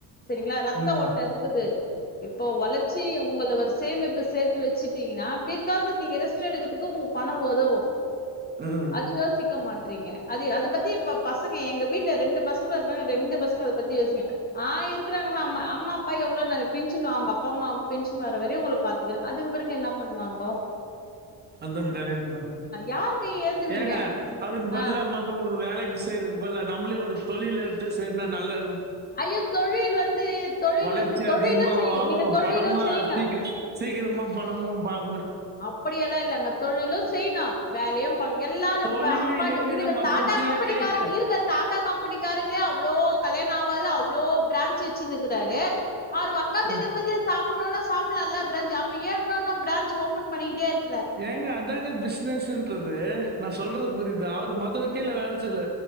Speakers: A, on the left; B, on the right.
A: செரிங்களா ரத்த
B: ம் ம்
A: ஓட்ட இருக்குது இப்போ வளர்ச்சி உங்கள வருஷ் சேமிப்பு சேத்து வெச்சுட்டீங்னா பிர் க்காவது நீங்க ரெஸ்ட் எடுக்குறதுக்கு உங்க பணோ ஒதவு
B: ம்
A: அது யோசிக்க மாட் அ அத பத்தி இ பசங்க எங்க வீட்டுல ரெண்டு பசங்களும் இருக்காங்க ரெண்டு பசங்க அதை பத்தி யோசிங்க ஆ இருக்கிறாங்கள அ அம்மா அப்பா எவ்ளவு ந பென்ஷன் வாங்க அப்பா அம்மா பென்ஷன் வர்ற வரையும் உங்களை பாத்துக்கிறாங்க அதுக்கு பிறகு என்ன பண்ணுவாங்க
B: அதான் கரட் தான்
A: யாரு கை ஏந்துவீங்க
B: ஏங்க அதுக்கு பதிலா
A: ஆ
B: மத்தவங்களுக்கு வேலைக்கு செய்றதுக்கு பதிலா நம்மளே ஒரு தொழில் எடுத்து செய்தா நல்ல
A: ஐயோ தொழில் வந்து தொழில்
B: வளர்ச்சி
A: வந்து தொழிலும்
B: அதிகமா
A: செய்
B: ஆகும்
A: நீங்க தொழிலும்
B: பணமும்
A: செய்யுங்க
B: சீக்கிரம் சீக்கிரமா பணமும் பாக்
A: அப்படியெல்லாம் இல்லங்க தொழிலும் செய்யனும் வேலையும் எல்லாரும்
B: தொழில
A: இப்ப அம்பானி
B: எங்கெங்க
A: இல்லங்க
B: மத்தவங்க
A: டாடா
B: கீழே
A: கம்பெனிக்கார
B: கைக்கு
A: இருக்க டாடா கம்பெனிக்காரங்களே அவ்வளோ கல்யாண ஆவாது அவ்வளோ பிரான்ச் வச்சுனுக்கிறாரு அவர் உக்காந்து
B: அஹ்,
A: நிம்மதியா சாப்பிடணும்னா சாப்பிடலால்ல பிரன்ஜ் அப்ப ஏன் இன்னொனும் பிரான்ஜ் ஓ பன் பண்ணிக்கிட்டே இருக்கு
B: ஏங்க அதாங்க பிசினஸ்இன்றது நான் சொல்றது புரியுதா அவர் மத்த கீழ வேலை செய்யல்ல